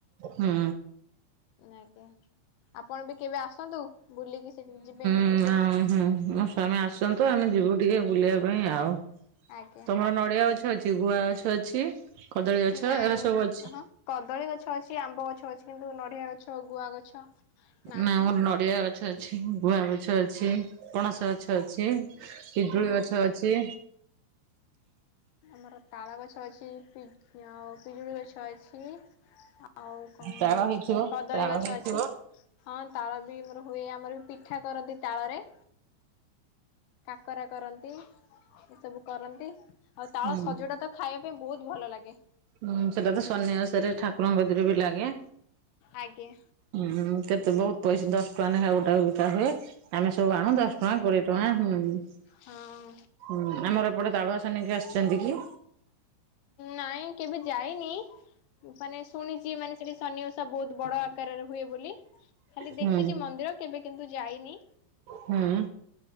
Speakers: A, on the right; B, on the left.
A: ହୁଁ।
B: ଆଜ୍ଞା ଆପଣ ବି କେବେ ଆସନ୍ତୁ ବୁଲିକି ସେଠିକି ଯିବେ।
A: ହଁ ହଁ। ହୁଁ ମୋ ସ୍ଵାମୀ ଆସନ୍ତୁ ଆମେ ଯିବୁ ଟିକେ ବୁଲିବା ପାଇଁ ଆଉ
B: ଆଜ୍ଞା
A: ତମର ନଡିଆ ଅଛି ଗଛ ଅଛି ଗୁଆ ଗଛ ଅଛି କଦଳୀ ଗଛ
B: ନାଇଁ
A: ଏରା ସବୁ ଅଛି?
B: ହଁ କଦଳୀ ଗଛ ଅଛି ଆମ୍ବ ଗଛ ଅଛି କିନ୍ତୁ ନଡ଼ିଆ ଗଛ ଗୁଆ ଗଛ ନାହିଁ
A: ନା ଆମର ନଡିଆ ଗଛ ଅଛି ଗୁଆ ଗଛ ଅଛି ପଣସ ଗଛ ଅଛି। ପିଜୁଳି ଗଛ ଅଛି।
B: ଆମର ତାଳ ଗଛ ଅଛି ଆ ପିଜୁଳି ଗଛ ଅଛି ଆ ଆଉ କଣ
A: ତାଳ ହେଇଥିବ
B: କଦଳୀ
A: ତାଳ
B: ଗଛ
A: ହେଇଥିବ।
B: ଅଛି। ହଁ ତାଳ ବି ଆମର ହୁଏ ଆମର ବି ପିଠା କରନ୍ତି ତାଳରେ। କାକରା କରନ୍ତି ଏସବୁ କରନ୍ତି ଆଉ ତାଳ
A: ହୁଁ
B: ସଜଡା ତ ଖାଇବା ପାଇଁ ବହୁତ ଭଲ ଲାଗେ।
A: ହୁଁ ସେଟା ତ ସନ୍ନ୍ୟିବାସରେ ଠାକୁରଙ୍କ କତିରେ ବି ଲାଗେ।
B: ଆଜ୍ଞା।
A: ହୁଁ କେତେ ବହୁତ ପଇସା ଦଶ ଟଙ୍କା ଲେଖା ଗୋଟା ବିକା ହୁଏ ଆମେ ସବୁ ଆଣୁ
B: ହଁ
A: ଦଶ ଟଙ୍କା କୋଡିଏ ଟ। ଟ ହୁଁ
B: ହଁ।
A: ହୁଁ ଆମର ଏପଟେ ତାଳୁଆସନୀିକି ଆସିଛନ୍ତି କି।
B: ନାଇଁ କେବେ ଯାଇନି। ମାନେ ଶୁଣିଛି ମାନେ ସେଠି ସନି ଓଷା ବହୁତ ବଡ ଆକାରରେ ହୁଏ ବୋଲି। ଖାଲି
A: ହୁଁ
B: ଦେଖିଛି ମନ୍ଦିର କେବେ କିନ୍ତୁ ଯାଇନି।
A: ହୁଁ